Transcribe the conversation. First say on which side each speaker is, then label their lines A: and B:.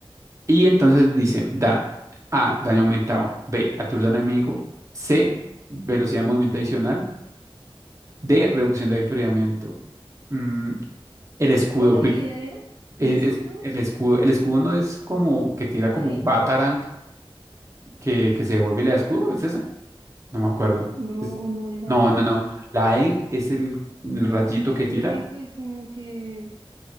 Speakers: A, on the right; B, on the right.
A: Y entonces dice, da A, daño aumentado, B, aturda al enemigo, C, velocidad de movimiento adicional, D, reducción de enfriamiento. Mm, el escudo,
B: ¿Cuál habilidad
A: Vic-
B: era?
A: el,
B: ¿El escudo?
A: es- el escudo, el escudo no es como que tira
B: ¿La
A: como
B: E?
A: un batarang que, que se devuelve y le da escudo, ¿es eso? No me acuerdo.
B: No,
A: Es-
B: no era
A: No,
B: el,
A: no, no. La E es el, el rayito que
B: es
A: tira.
B: el que que como que